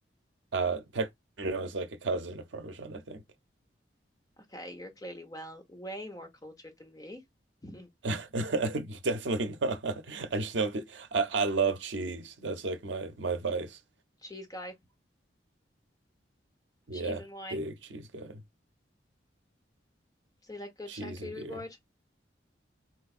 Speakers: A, on the right (about 75°); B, on the left (about 20°).
A: uh pecorino is like a cousin of Parmesan, I think.
B: Okay, you're clearly well, way more cultured than me. <laughs>
A: <laughs> Definitely not. I just know that I, I love cheese. That's like my my vice.
B: Cheese guy,
A: Yeah,
B: cheese and wine.
A: big cheese guy.
B: So you like good
A: Cheese
B: charcuterie
A: and beer.
B: board?